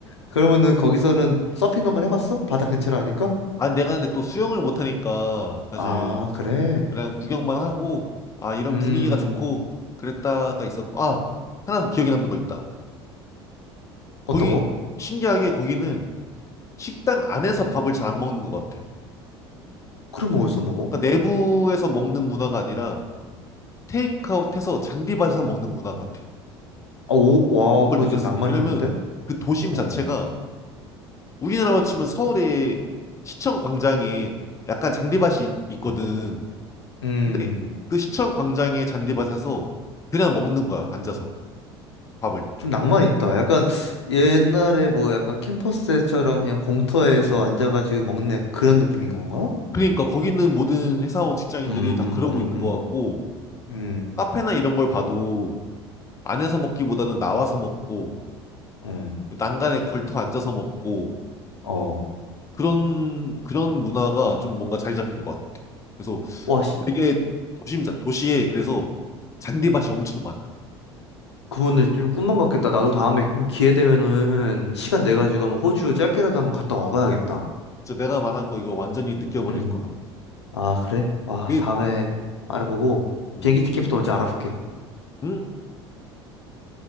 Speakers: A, on the left; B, on the left.
A: 그러면은 거기서는 서핑도 만 해봤어? 바다 근처로 하니까?
B: 아, 내가 근데 또 수영을 못하니까 사실
A: 아, 그래?
B: 그냥 구경만 하고 아 이런
A: 음,
B: 분위기가 좋고 그랬다가 있었고 아 하나 더 기억에 남는 거 있다. 거기
A: 어떤 거?
B: 신기하게 거기는 식당 안에서 밥을 잘 안 먹는 것 같아.
A: 크림 어디서 먹어?
B: 그러니까 내부에서 먹는 문화가 아니라 테이크아웃해서 잔디밭에서 먹는 문화 같아.
A: 아, 오, 와,
B: 그걸
A: 그거
B: 느꼈어.
A: 좀 낭만이
B: 왜냐면
A: 있는데?
B: 그 도심
A: 어.
B: 자체가 우리나라로 치면 서울의 시청 광장에 약간 잔디밭이 있거든.
A: 음.
B: 근데 그 시청 광장의 잔디밭에서 그냥 먹는 거야, 앉아서 밥을.
A: 좀 낭만 있다. 약간 옛날에
B: 음.
A: 뭐 약간 캠퍼스처럼 그냥 공터에서 앉아가지고 먹는 약간 그런 느낌인 건가?
B: 그러니까 거기 있는 모든 회사원 직장인들이
A: 음, 음,
B: 다 그러고
A: 음,
B: 있는
A: 음,
B: 것 같고,
A: 음,
B: 카페나 이런 걸 봐도 안에서 먹기보다는 나와서 먹고,
A: 음,
B: 난간에 걸터 앉아서 먹고,
A: 어.
B: 그런, 그런 문화가 좀 뭔가 자리 잡힌 것 같아. 그래서
A: 와, 씨.
B: 되게 도심, 자- 도시에 그래서 잔디밭이 엄청 많아.
A: 그분들 좀 꿈만 같겠다. 나도 다음에
B: 음.
A: 뭐 기회 되면은 시간 내 가지고 한번 호주 짧게라도 한번 갔다 와봐야겠다.
B: 진짜 내가 말한 거 이거 완전히 느껴버릴
A: 음.
B: 거야.
A: 아, 그래? 아,
B: 그게,
A: 다음에 알아보고
B: 음.
A: 비행기 티켓부터 먼저 알아볼게.
B: 응?